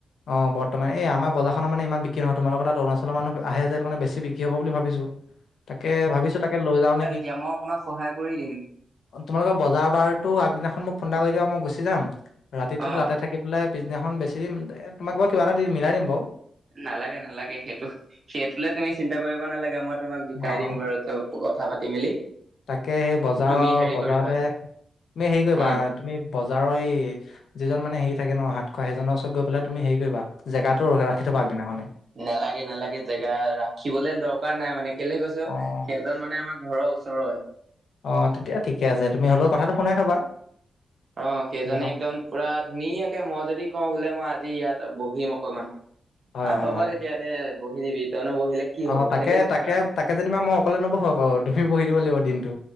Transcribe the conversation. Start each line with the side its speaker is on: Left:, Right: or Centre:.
Left: অ বৰ্তমান এই আমাৰ বজাৰৰ মান ইমান বিক্ৰী নহয় তোমালোকৰ তাত অৰুণাচৰ মানুহ আহে যে সেই কাৰণে বেছি বিক্ৰী হব বুলি ভাবিছোঁ তাকে ভাবিছোঁ তাকে লৈ যাওঁ নেক
Right: দিয়া মই অকমান সহায় কৰি দিম
Left: অ তোমালোকৰ বজাৰ বাৰতো আগদিনাখন মোক ফোন এটা কৰি দিবা মই গুচি যাম ৰাতিটোতো
Right: অ
Left: তাতে থাকি থাকি পেলাই পিছদিনাখন বেছি দিম তোমাক বাৰ কিবাটা দি মিলাই দিম বাও
Right: নালাগে নালাগে সেইটো সেইটোলে তুমি চিন্তা কৰিব নালাগে মই তোমাক বিকাই
Left: অ
Right: দিম
Left: অ
Right: বাৰুতো কথা পাতি মেলি
Left: তাকে সেই বজাৰৰ
Right: তুমি হেৰি
Left: বজাৰতে
Right: কৰিবা
Left: তুমি হেৰি কৰিবা
Right: উম
Left: তুমি বজাৰৰ এই যিজন মানে হেৰি থাকে ন হাত খোৰাহি সেইজনৰ ওচৰত গৈ পেলাই তুমি হেৰি কৰিবা জেগা টোৰ ৰাখি থবা আগদিনাখনে
Right: নেলাগে নেলাগে জেগা ৰাখিবলে দৰকাৰ নাই মানে কেলে কৈছোঁ
Left: অ
Right: সেইজন মানে আমাৰ ঘৰৰ ওচৰই
Left: অ তেতিয়া ঠিকে আছে তুমি হ'লেও কথাটো শুনাই থবা
Right: অ সেইজনে
Left: সেইজনক।
Right: একদম পুৰা ধুনীয়াকে মই যদি কওঁ বোলে মই আজি ইয়াত বহিম অকণমান
Left: হয়,
Right: অ
Left: হয়,
Right: হ'ব
Left: হয়।
Right: তেতিয়া বহি দিবি তইনো বহিলে কি হব
Left: অ তাকে
Right: সেইটোৱে কয়
Left: তাকে
Right: মানে
Left: তাকে যেনিবা মই অকলে নবহো আক তুমি বহি দিব লাগিব দিনটো